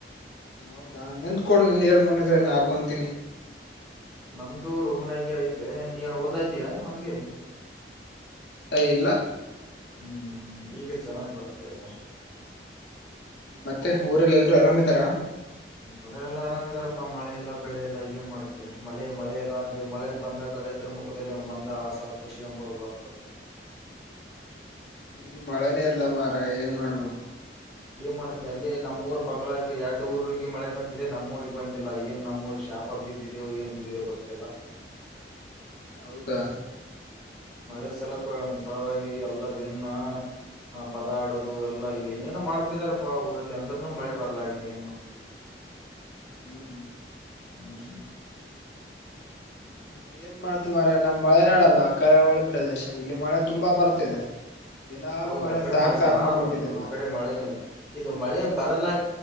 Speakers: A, on the left; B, in the centre.
A: ಹೌ ನಿಂತ್ಕ ಕೊಡ ನಿನ್ ಎರ್ಫೋನ್ ಇದ್ರೆ ನಾ ಹಾಕೊಂತಿನಿ.
B: ನಂದುು ರೊಮ್ನಯಾಗ ಐತೆ ನೀ ಏನ್ ಓದ್ಲಾತಯಾನ ಹಂಗೆ
A: ಏ ಇಲ್ಲ
B: ಹ್ಞ ಈಗ ಚೆನ್ನಾಗಿ ಬರ್ತಾ ಇದೆ.
A: ಮತ್ತೆ ಊರಲ್ಲ ಎಲ್ರರು ಆರಾಮ್ ಇದ್ದಾರಾ.
B: ಊರಲ್ಲ ಎಲ್ಲಾ ಆರಾಮ್ ಇದಾರಪ್ಪಾ ಮಳೆ ಎಲ್ಲ ಬೆಳೆ ಎಲ್ಲ ಏನ್ ಮಾಡ್ತೀರ ಮಳೆ ಮಳೆ ಎಲ್ಲಾ ಅದೆ ಮಳೆ ಬಂದಾಗ ರೈತ ರೈತರ ಮುಖದಲ್ಲಿ ಒಂದು ಮಂದ ಆಸ ಖುಷಿ ಎಂಬುದು ಬರ್ತದೆ.
A: ಇಲ್ಲಿ ಮಳೆನೇ ಎಲ್ಲ ಮಾರಯ ಏನ್ ಮಾಡಬ
B: ಏನ್ ಮಾಡುತ್ತೆ ಅಲ್ಲಿ ನಮ್ಮೂರ್ ಬಲ ಎರಡು ಊರಿಗೆ ಮಳೆ ಬಂದಿದೆ ನಮ್ಮೂಊರಿಗೆ ಬಂದಿಲ್ಲ ಏನ್ ನಮ್ಮೂರ್ ಶಾಪ್ ಅ ಬಿದ್ದವು ಏನು ಬಿದ್ದಿದೆ ಗೊತ್ತಲ್ಲ.
A: ಹೌದಾ?
B: ಮಳೆ ಸಲಕ ಸಳವಾಗಿ ಅಲ್ಲ ಇದನ್ನ ಹ ಪದ ಆಡೋದು ಎಲ್ಲಾ ಏನೇನೋ ಮಾಡ್ತಿದಾರಪ್ಪಾ ಊರಲ್ಲಿ ಅಂದ್ರನು ಮಳೆ ಬರ್ಲಾಗಿದೆ ಏನ್ ಮಾಡ್ತಿವಿ.
A: ಹ್ಮ್
B: ಹ್ಮ
A: ಹ್ಮ ಏನ್ ಮಾಡ್ತೀ ಮಾರಯಾ ನಮ್ಮ್ ಮಳೆನಾಡಲ್ಲ ಕರಾವಳಿ ಪ್ರದೇಶ ಇಲ್ಲಿ ಮಳೆ ತುಂಬಾ ಬರ್ತಿದೆ. ದಿನಾಲೂ
B: ಹೌದ ಆ ಕಡೆ
A: ಸಾಕ್
B: ಮಳೆ
A: ಸಾಕ್
B: ಬಾಳ
A: ಮಾಡ್ಬಿಟ್ಟಿದೆ
B: ಬರ್ತದೆ
A: ಮಾರಾಯ.
B: ಈ ಕಡೆ ಮಳೆನೇ ಇಲ್ಲ ಇದು ಮಳೆ ಬರಲ